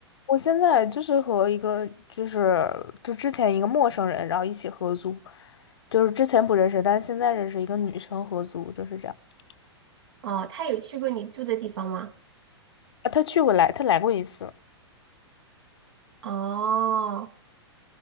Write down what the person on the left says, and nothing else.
我现在就是和一个就是就之前一个陌生人，然后一起合租，就是之前不认识，但是现在认识一个女生合租，就是这样子。
啊，她去过来，她来过一次。